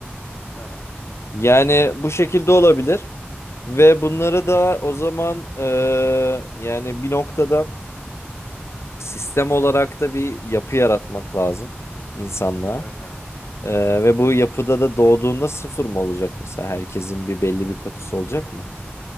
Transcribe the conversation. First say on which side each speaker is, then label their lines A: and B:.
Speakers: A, on the left; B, on the left.
A: Tamam.
B: Yani bu şekilde olabilir ve bunları da o zaman eee, yani bir noktada sistem olarak da bir yapı yaratmak lazım insanlığa.
A: Evet abi.
B: Ee, ve bu yapıda da doğduğunda sıfır mı olacak mesela? Herkesin bir belli bir kotası olacak mı?